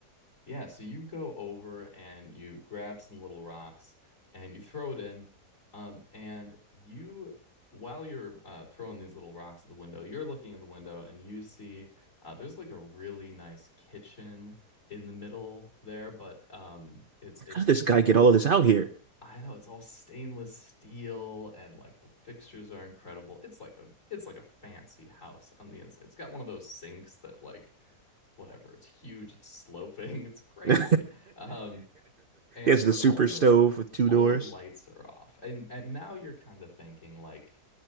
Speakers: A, on the left; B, on the right.
A: Yeah, so you go over and you grab some little rocks and you throw it in. Um, and you, while you're uh, throwing these little rocks at the window, you're looking in the window and you see uh, there's like a really nice kitchen in the middle there, but um, it's it's
B: How did this
A: like
B: guy get all of this out here?
A: I know it's all stainless steel and like the fixtures are incredible. It's like a it's like a fancy house on the inside. It's got one of those sinks that like whatever. It's huge, it's sloping, <laughs> it's crazy.
B: <laughs> He
A: Um, and
B: has the
A: but
B: super
A: all the
B: stove with two
A: all
B: doors.
A: the lights are off. And and now you're kind of thinking like,